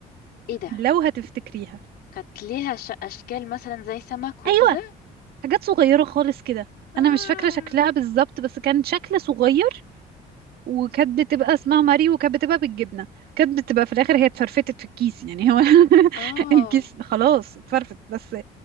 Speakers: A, on the left; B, on the right.
A: إيه ده
B: لو هتفتكريها
A: كانت ليها ش- أشكال مثلا زي سمك وكده
B: ايوه حاجات صغيره خالص كده
A: آه
B: انا مش فاكره شكلها بالظبط بس كان شكل صغير وكانت بتبقى اسمها ماريو وكانت بتبقى بالجبنه كانت بتبقى في الاخر هي اتفرفتت في الكيس يعني هو <laughs>
A: آه
B: الكيس خلاص اتفرفت بس